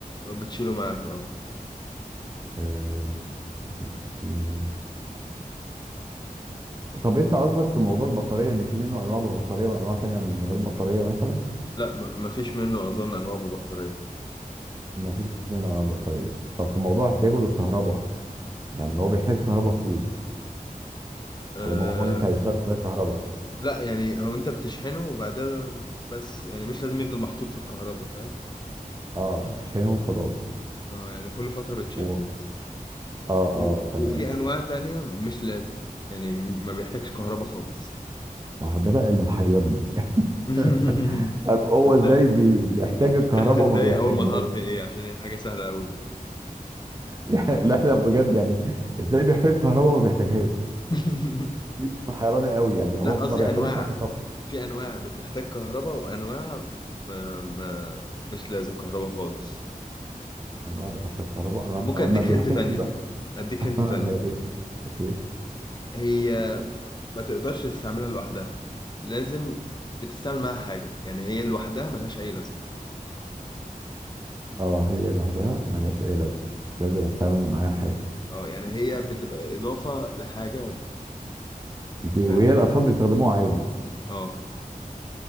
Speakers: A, on the left; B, on the right.
A: بتشيله معاك اه
B: آه طيب، إيه؟ طب انت قصدك في موضوع البطارية يعني في منه انواع ببطارية وانواع تانية من غير بطارية مثلا
A: لا م- مفيش منه اظن انواع ببطارية
B: ما فيش منها بطارية طب في موضوع احتياجه للكهرباء يعني هو بيحتاج كهرباء في ايه
A: أه
B: طالما هو ينفع يشتغل من غير كهرباء
A: لا يعني هو انت بتشحنه وبعدها بس يعني مش لازم يفضل محطوط في الكهرباء فاهم
B: اه بتشحنه وخلاص
A: اه يعني كل فترة بيتشحن
B: و...
A: بس
B: اه
A: و-
B: اه تمام
A: وفي انواع تانية مش لازم يعني م- ما بيحتاجش كهرباء خالص
B: ما هو ده بقى اللي محيرني <laughs>
A: <laughs>
B: طب هو
A: انت
B: ازاي بي... بيحتاج الكهرباء
A: انت هتتضايق
B: وما بيحتاجهاش
A: اول ما تعرف
B: <laughs>
A: هي ايه عشان هي حاجة سهلة قوي
B: يعني لا لا بجد يعني ازاي بيحتاج الكهرباء وما بيحتاجهاش
A: <laughs>
B: دي اللي محيراني قوي يعني هو
A: لا قصدي
B: ما بيعتمدش
A: انواع
B: على الكهرباء
A: في انواع بتحتاج كهرباء وانواع ما ما مش لازم كهرباء خالص
B: انواع بتحتاج كهرباء انواع
A: ممكن اديك
B: لما بيحتاج
A: هنت تانية
B: ايه
A: اديك
B: <laughs>
A: هنت تانية
B: ماشي اوكي
A: هي ما تقدرش تستعملها لوحدها لازم بتستعمل معاها حاجة يعني هي لوحدها ملهاش اي لازمة
B: اه هي لوحدها ملهاش اي لازمه لازم استعمل معاها حاجه
A: اه يعني هي بتبقى اضافة لحاجة
B: دي
A: فاهم
B: وهي الاطفال بيستخدموها عادي
A: اه